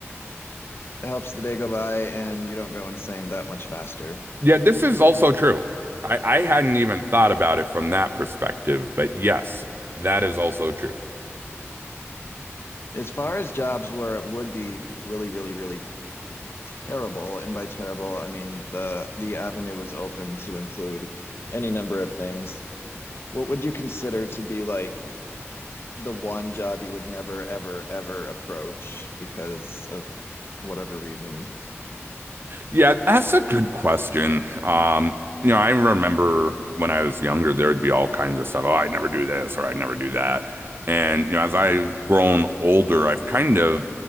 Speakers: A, on the left; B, on the right.
A: It helps the day go by, and you don't go insane that much faster.
B: Yeah, this is also true. I, I hadn't even thought about it from that perspective, but yes, that is also true.
A: As far as jobs where it would be really, really, really terrible, and by terrible, I mean the the avenue is open to include any number of things. What would you consider to be like the one job you would never, ever, ever approach because of whatever reason.
B: Yeah, that's a good question. Um, you know, I remember when I was younger, there would be all kinds of stuff. Oh, I'd never do this or I'd never do that. And, you know, as
A: Mm.
B: I've grown older, I've kind of